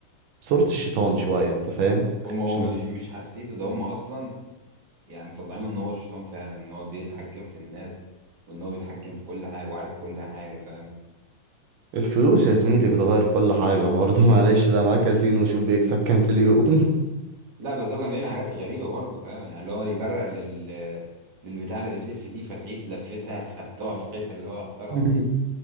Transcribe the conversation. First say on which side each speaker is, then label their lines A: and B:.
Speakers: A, on the right; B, on the right.
A: صورة الشيطان شوية أنت فاهم
B: هم هم
A: عشان هو
B: مش مش حسيته ده هم اصلا يعني مطلعينه ان هو الشيطان فعلا ان هو بيتحكم في الناس وان هو بيتحكم في كل حاجه وعارف كل حاجه فاهم
A: الفلوس يا زميلي بتغير كل حاجة برضه <laughs> معلش ده معاه كازينو وشوف بيكسب كام في اليوم
B: لا بس هو كان بيعمل حاجات غريبه برضه فاهم يعني اللي هو يبرق لل للبتاع اللي بتلف دي فتعيد لفتها <laughs> فتقع في الحته اللي هو اختارها
A: <laughs>